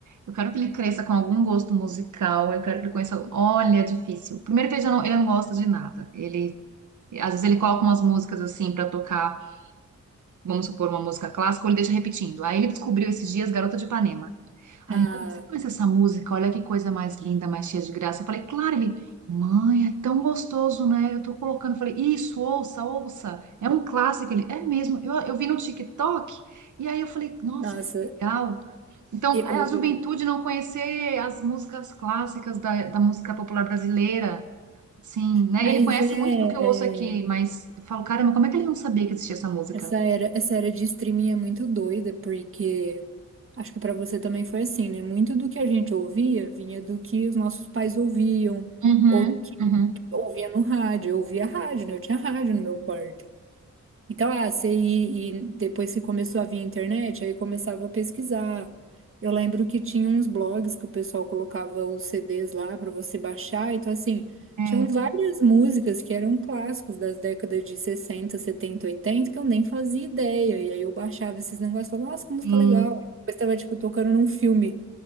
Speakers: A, on the right; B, on the right.
A: eu quero que ele cresça com algum gosto musical, eu quero que ele conheça. Olha, é difícil. Primeiro que ele já não, ele não gosta de nada. Ele, às vezes ele coloca umas músicas assim para tocar vamos supor, uma música clássica, ou ele deixa repetindo. Aí ele descobriu esses dias Garota de Ipanema. Aí
B: Ah,
A: ele, mãe, você conhece essa música? Olha que coisa mais linda, mais cheia de graça. Eu falei, claro, ele, mãe, é tão gostoso, né? Eu tô colocando. Eu falei, isso, ouça, ouça. É um clássico. Ele, é mesmo. Eu, eu vi no TikTok. E aí eu falei, nossa,
B: nossa,
A: que legal. Então,
B: eu,
A: é
B: eu-
A: a juventude
B: eu-
A: não conhecer as músicas clássicas da, da música popular brasileira. Sim, né?
B: mas
A: Ele conhece
B: é,
A: muito do que eu ouço aqui,
B: é.
A: mas eu falo, caramba, como é que ele não sabia que existia essa música?
B: Essa era, essa era de streaming é muito doida, porque acho que pra você também foi assim, né? Muito do que a gente ouvia vinha do que os nossos pais ouviam,
A: Uhum,
B: ou do que
A: uhum.
B: ouvia no rádio. Eu ouvia rádio, né? Eu tinha rádio no meu quarto. Então, ah, você e, e depois que começou a vir a internet, aí começava a pesquisar. Eu lembro que tinha uns blogs que o pessoal colocava os CDs lá para você baixar. Então, assim,
A: É,
B: tinham várias músicas que eram clássicos das décadas de 60 70 80 que eu nem fazia ideia. E aí eu baixava esses negócios e falava, nossa, que música
A: sim.
B: legal. Aí Depois estava, tipo, tocando num filme